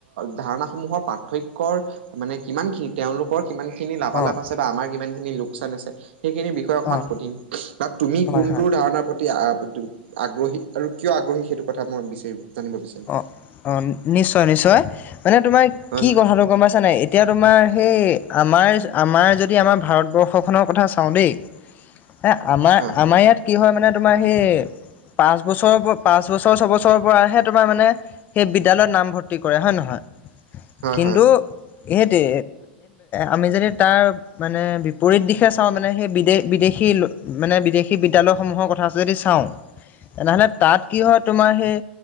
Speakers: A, on the right (about 70°); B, on the left (about 30°).
A: ধাৰণাসমূহৰ পাৰ্থক্যৰ মানে কিমানখিনি তেওঁলোকৰ কিমানখিনি লাভালাভ
B: অঁ
A: আছে তাৰ। আমাৰ কিমানখিনি লোকচান আছে, সেইখিনি বিষয়ে অকমান
B: অঁ
A: সুধিব, বা তুমি
B: হয়
A: কোনটো
B: হয়
A: ধাৰনাৰ প্ৰতি আ আগ্ৰহী আৰু কিয় আগ্ৰহী সেইটো কথা মই বিচাৰি জানিব বিচাৰিম।
B: অঁ অঁ নিশ্চয় নিশ্চয় মানে তোমাৰ
A: হয়
B: কি
A: হয়
B: কথাটো গম পাইছানে এতিয়া তোমাৰ। সেই আমাৰ আমাৰ যদি আমাৰ ভাৰতবৰ্ষখনৰ কথা চাওঁ দেই। এ আমাৰ
A: হয়
B: আমাৰ ইয়াত কি হয় মানে। মানে তোমাৰ সেই, পাঁচ বছৰ পাঁচ বছৰ ছবছৰৰ পৰাহে তোমাৰ মানে সেই বিদ্যালয়ত নামভৰ্তি কৰে হয় নহয়।
A: হয়
B: কিন্তু
A: হয়
B: সেইটোৱে, আমি যদি তাৰ মানে বিপৰীত দিশে চাওঁ মানে সেই বিদেশ বিদেশী মানে বিদেশী বিদ্যালয়সমূহৰ কথা যদি চাওঁ। তেনেহ'লে তাত কি হয় তোমাৰ সেই